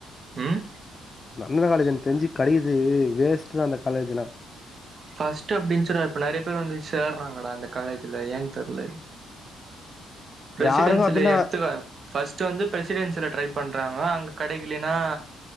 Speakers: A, on the right (about 35°); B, on the left (about 25°).
A: ம்
B: நந்தனோ காலேஜு எனக்தெரிஞ்சு கெடைக்கிறது வேஸ்ட்றா அந்த காலேஜுனா
A: ஃபர்ஸ்ட்டு அப்டின் இருந்துசுடா இப்ப நெறைய பேர் வந்து சேர்றாங்கடா இந்த காலேஜுல ஏன் தெர்ல ப்ரெசிடன்சில
B: யாருக்கும் அத்தன
A: எடுத்துவ ஃபர்ஸ்ட்டு வந்து ப்ரசிடென்சில ட்ரை பண்றோங்க அங்க கெடைக்கலேன்னா